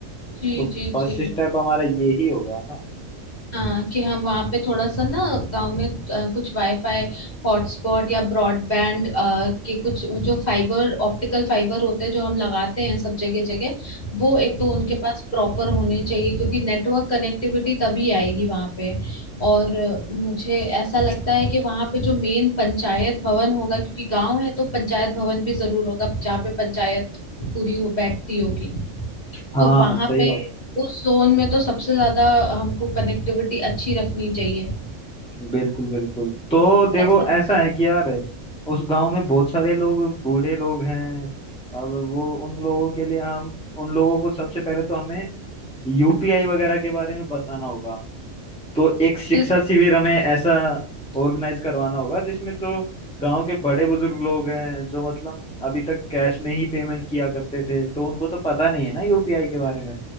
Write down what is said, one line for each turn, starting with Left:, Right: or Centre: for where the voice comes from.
Left: जी
Centre: तो
Left: जी
Centre: फर्स्ट
Left: जी
Centre: स्टेप हमारा ये ही होगा ना
Left: हाँ कि हम वहाँ पे थोड़ा सा ना गांव में अ, कुछ वाईफाई हॉटस्पॉट या ब्रॉडबैंड के कुछ जो फाइबर ऑप्टिकल फाइबर होते हैं जो हम लगाते हैं सब जगह जगह वो
Centre: हाँ
Left: एक तो उनके पास प्रॉपर होने चाहिए क्योंकि नेटवर्क कनेक्टिविटी तभी आएगी वहाँ पे और अ, मुझे ऐसा लगता है कि वहाँ पे जो मेन पंचायत भवन होगा क्योंकि गांव है तो पंचायत भवन भी जरूर होगा जहाँ पे पंचायत पूरी हो बैठती होगी
Centre: हाँ
Left: तो वहां
Centre: सही
Left: पे
Centre: बात
Left: उस जोन में तो सबसे ज्यादा हमको कनेक्टिविटी अच्छी रखनी चाहिए
Centre: बिल्कुल बिल्कुल तो देखो
Left: फैसिलिटी
Centre: ऐसा है कि यार उस गांव में बहुत सारे लोग बूढ़े लोग हैं अब वो उन लोगों के लिए हम उन लोगों को सबसे पहले तो हमें यूपीआई वगैरह के बारे में बताना होगा तो एक शिक्षा
Left: बिल्कुल
Centre: शिविर हमें ऐसा ऑर्गेनाइज करवाना होगा जिसमें जो गांव के बड़े बुजुर्ग लोग हैं जो मतलब अभी तक कैश में ही पेमेंट किया करते थे तो उनको तो पता नहीं है ना यूपीआई के बारे में